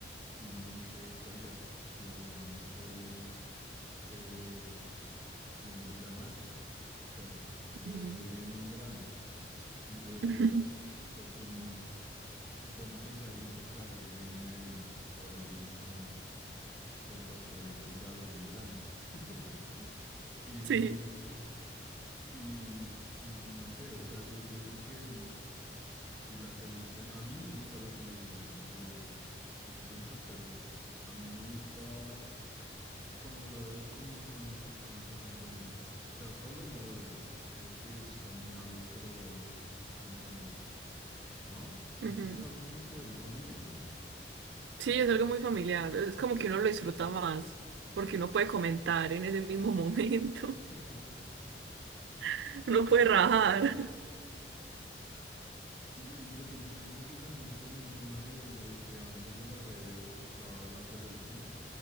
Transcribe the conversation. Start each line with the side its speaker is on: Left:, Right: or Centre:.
Centre: y uno dice, oiga, yo no soy, eh, yo no soy dramático, <laughs> o sea, ¿de
Right: ujú.
Centre: dónde viene el drama? Y luego,
Right: <laughs>
Centre: pues uno se pone a pensar y dice, claro, eso viene de haber visto el factor X a los 10 años. <laughs> y,
Right: Sí.
Centre: y, y, no sé, o sea, yo, yo digo que, que la televisión, a mí me gusta la televisión, no sé usted qué piensa, pero a mí me gusta cuando la veo con, con, con fa en familia. O sea, solo no la veo. Creo que es también algo que lo veo en familia. ¿No? Siento
Right: Ujú.
Centre: que es algo que se ve en familia, ¿no?
Right: Sí, es algo muy familiar. Es como que uno lo disfruta más, porque uno puede comentar en ese mismo momento.
Centre: <laughs>
Right: <laughs> Uno puede rajar.
Centre: Y, y yo, y yo pienso que también es como un tema de, de- de antes de las redes estaba la televisión